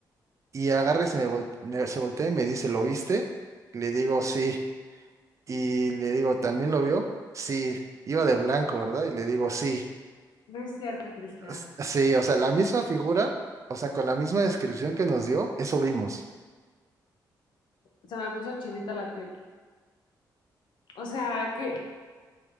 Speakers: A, on the right (about 40°); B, on the left (about 80°).
A: y agarra y se me, vol- me- se voltea y me dice, ¿lo viste? Le digo sí y le digo, ¿también lo vio? Sí, iba de blanco, ¿verdad? Y le digo sí.
B: no es cierto, Cristian.
A: S- Sí, o sea, la misma figura, o sea, con la misma descripción que nos dio, eso vimos.
B: Se me puso chinita la piel. O sea, que...